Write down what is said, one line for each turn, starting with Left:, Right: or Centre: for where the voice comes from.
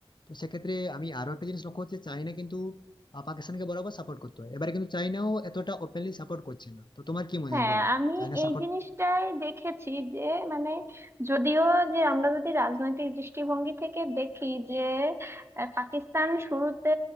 Left: তো সেক্ষেত্রে আমি আরো একটা জিনিস লক্ষ্য হচ্ছে চায়না কিন্তু আহ, পাকিস্তানকে বরাবর সাপোর্ট করতে হয় এবারে কিন্তু চায়নাও এতটা ওপেনলি সাপোর্ট করছে না তো তোমার কি মনে
Right: হ্যাঁ
Left: হয় বলো
Right: আমি
Left: চায়না
Right: এই
Left: সাপোর্ট
Right: জিনিসটাই দেখেছি যে মানে যদিও যে আমরা যদি রাজনৈতিক দৃষ্টিভঙ্গি থেকে দেখি যে আহ, পাকিস্তান শুরুতে